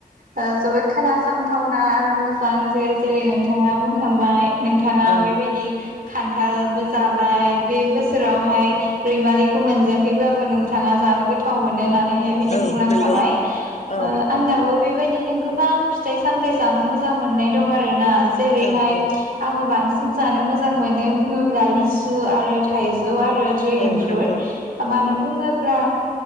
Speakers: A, on the right; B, on the left.
A: ओ जोबोद खोनासंथावना आरो मोजां जे जेरै नोंथाङा बुंखांबाय नोंथाङा
B: औ
A: बेबादि खान्थालबो जाबाय बे बोसोरावहाय रैमालिखौ मोनजायाखैब्लाबो नोंथाङा जानो गोथाव मोनो होनानै जे बिदि
B: औ
A: बुंलांखाबाय
B: नंगौ
A: ओ
B: औ
A: आंनाबो बेबायदिनो गोबां फिथाइ सामथाय जानो मोजां मोननाय दं आरो ना जेरैहाय
B: औ औ
A: आंङो बांसिन जानो मोजां मोनो बुंङोब्ला लिसु आरो थाइजौ आ रो द्रेगोन
B: औ
A: फ्रुथ
B: नंगौ
A: ओ मानो बुंङोब्ला